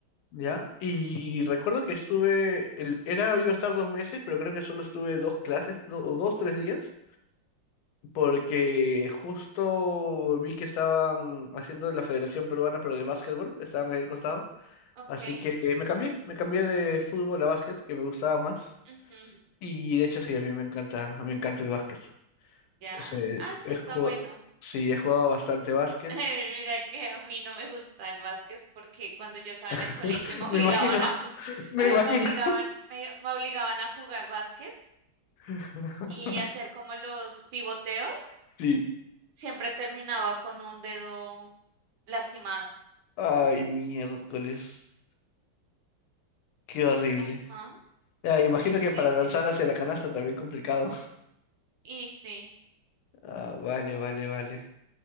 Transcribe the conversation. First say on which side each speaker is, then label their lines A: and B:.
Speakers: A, on the left; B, on the right.
A: ¿ya? Y recuerdo que estuve, el, era, iba a estar dos meses, pero creo que solo estuve dos clases, do- o dos, tres días, porque justo vi que estaban haciendo la Federación Peruana, pero de básquetbol, estaban ahí al costado,
B: ok.
A: así que eh, me cambié, me cambié de fútbol a básquet, que me gustaba más,
B: ujú,
A: y de hecho sí, a mí me encanta, me encanta el básquet.
B: Ya.
A: Sí,
B: Ah, eso
A: he
B: está
A: jugado,
B: bueno.
A: sí, he jugado bastante básquet,
B: <laughs> Mira que a mí no me gusta el básquet porque cuando yo estaba
A: <laughs>
B: en el colegio me obligaban
A: me imagino,
B: a ju-
A: me
B: <laughs>
A: imagino.
B: me obligaban me, me obligaban a jugar básquet
A: <laughs>
B: y hacer como los pivoteos,
A: Sí.
B: siempre terminaba con un dedo lastimado.
A: Ay, miércoles. Qué horrible.
B: Ajá.
A: Ya, imagino
B: Sí,
A: que para
B: sí,
A: lanzar
B: sí.
A: hacia la canasta también complicado.
B: Y sí.
A: Ah, vale, vale, vale.